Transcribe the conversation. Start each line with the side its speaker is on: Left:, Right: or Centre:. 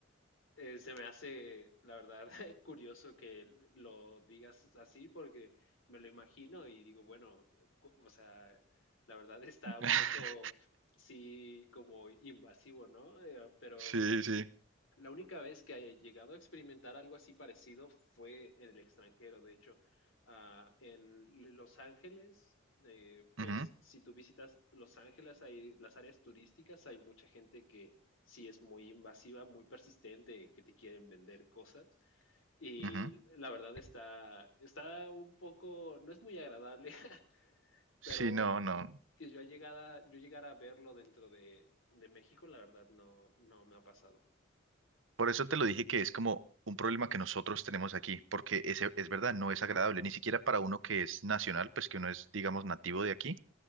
Left: eh, se me hace, la verdad, <laughs> curioso que lo digas así porque me lo imagino y digo, bueno, cu- o sea, la verdad está
Right: <laughs>
Left: un poco, sí, como invasivo, ¿no? Eh, pero
Right: Sí, sí.
Left: la única vez que haya llegado a experimentar algo así parecido fue en el extranjero, de hecho, Ah, en L- Los Ángeles, eh, pues
Right: Ujú,
Left: si tú visitas Los Ángeles, hay las áreas turísticas, hay mucha gente que sí es muy invasiva, muy persistente, en que te quieren vender cosas y
Right: ujú.
Left: la verdad está, está un poco, no es muy agradable, <laughs>
Right: Sí,
Left: pero
Right: no, no.
Left: que yo llegara, yo llegara a verlo dentro de, de México, la verdad no, no me ha pasado.
Right: Por eso te lo dije que es como un problema que nosotros tenemos aquí, porque ese, es verdad, no es agradable, ni siquiera para uno que es nacional, pues que uno es, digamos, nativo de aquí